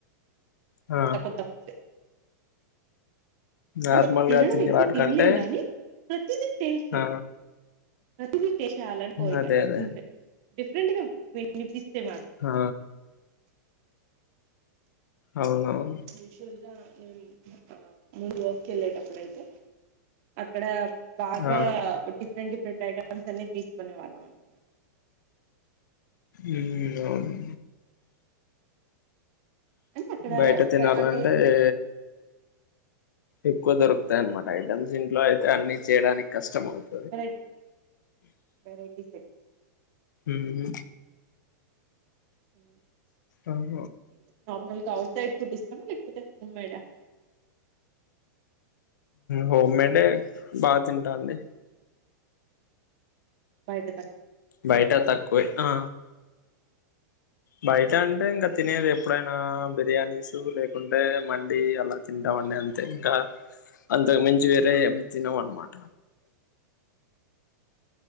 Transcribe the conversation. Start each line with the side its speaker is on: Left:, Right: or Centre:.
Left: ఆ
Right: కొత్త
Left: నార్మల్గా
Right: అంటే తినడం
Left: తినే
Right: ఎక్కువ
Left: వాటికంటే
Right: తినలేం గాని ప్రతిది టేస్ట్
Left: ఆ
Right: ప్రతిది టేస్ట్ చేేయాలని కోరికనమాట
Left: అదే అదే
Right: అంతే డిఫరెంట్ గా వినిపిస్తే మాత్రం
Left: ఆ అవునవును
Right: యూజువల్ గా నేను ముందు వర్క్ వెళ్ళేటప్పుడైతె అక్కడ అక్కడ బాగా
Left: ఆ
Right: డిఫరెంట్ డిఫరెంట్ ఐటమ్స్ అన్ని తీసుకునే వాళ్ళం అనమాట
Left: ఉమ్ ఆ ను
Right: అంటే అక్కడ
Left: బయట తినాలంటే
Right: అంటే
Left: ఏ ఎక్కువ దొరుకుతాయి అన్నమాట ఐటమ్స్ ఇంట్లో అయితే అన్ని చేయడానికి కష్టం అవుతుంది
Right: బ్రెడ్ వెరైటీస్ ఎ
Left: ఉమ్
Right: అ
Left: అహ
Right: నార్మల్ గా అవుట్ సైడ్ ఫుడ్ ఇష్టమా లేకపోతే హోం మేడ్
Left: హోమ్మెటే బాగా తింటా అండి
Right: బయట తక్కువ
Left: బయట తక్కువే ఆ బయట
Right: తక్కువ
Left: అంటే ఇంకా తినేది ఎప్పుడైనా బిర్యానీస్ లేకుంటే మండి అలా తింటావాడి అంతే ఇంకా అంతకు మించి వేరే ఏం తినము అన్నమాట